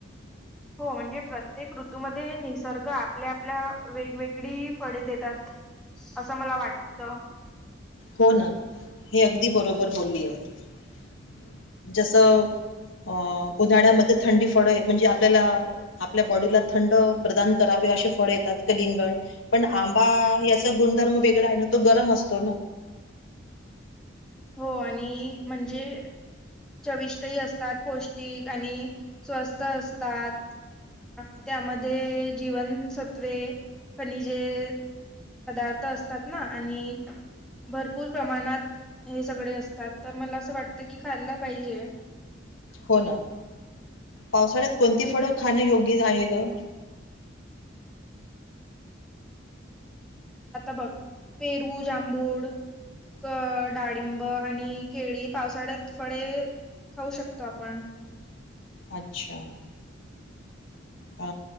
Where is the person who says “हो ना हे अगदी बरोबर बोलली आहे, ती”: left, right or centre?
Left